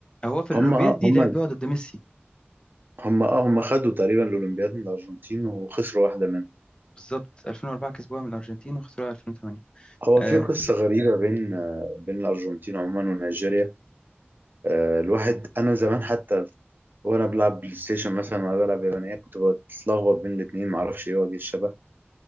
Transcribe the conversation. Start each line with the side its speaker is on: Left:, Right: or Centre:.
Left: هو في الأولمبياد
Right: هم آه
Left: دي
Right: هم
Left: لعب بيقعد ضد ميسي
Right: هم اه هم خدوا تقريبا الاولمبياد من الارجنتين وخسروا واحده منهم
Left: بالظبط 2004 كسبوها من الأرجنتين وخسروها 2008
Right: هو
Left: آه
Right: في قصه غريبه بين آه، بين الارجنتين عموما ونيجيريا آه، الواحد انا زمان حتى وانا بلعب بلاي ستيشن مثلا وانا بلعب يابانيه كنت بتلخبط بين الاثنين معرفش ايه وجه الشبه